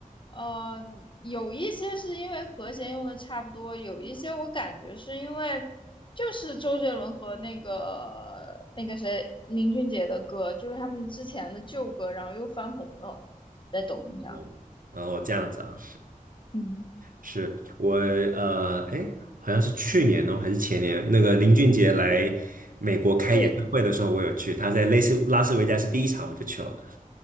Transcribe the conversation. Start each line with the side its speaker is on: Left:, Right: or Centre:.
Left: 嗯，有一些是因为和弦用的差不多，有一些我感觉是因为就是周杰伦和那个那个谁林俊杰的歌，就是他们之前的旧歌，然后又翻红了，在抖音上。
Right: 哦，然后这样子啊。
Left: 嗯，
Right: 是我呃，哎，好像是去年哦，还是前年，那个林俊杰来美国开演唱会的时候，
Left: 对，
Right: 我有去，他在类似拉斯维加斯第一场我就去了。